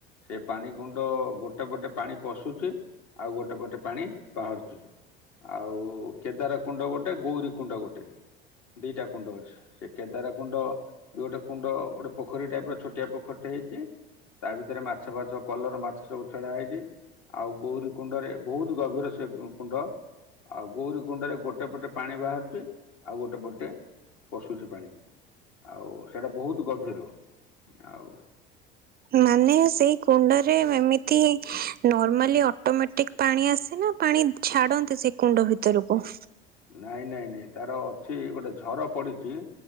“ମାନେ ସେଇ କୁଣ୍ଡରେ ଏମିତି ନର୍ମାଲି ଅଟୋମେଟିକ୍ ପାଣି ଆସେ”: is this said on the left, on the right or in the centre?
Right